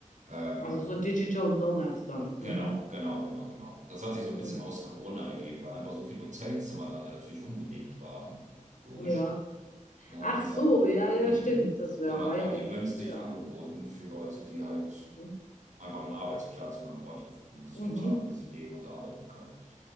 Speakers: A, on the right; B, on the left.
A: äh,
B: Also
A: ja,
B: so Digital Nomads dann.
A: genau,
B: Mhm.
A: genau, genau, genau. Das hat sich so ein
B: Mhm.
A: bisschen aus Corona ergeben, weil einfach so viele Hotelzimmer dann ja natürlich unbelegt waren, logisch.
B: Ja.
A: Und
B: Ach so,
A: dann,
B: ja, ja,
A: hm,
B: ja, stimmt. Das wär,
A: dann hat
B: war ja
A: man
B: eigentlich
A: die günstig
B: ideal.
A: angeboten für Leute, die halt
B: Mhm.
A: einfach einen Arbeitsplatz oder einen Ort ge- gesucht
B: Mhm.
A: haben, wo sie leben und arbeiten können.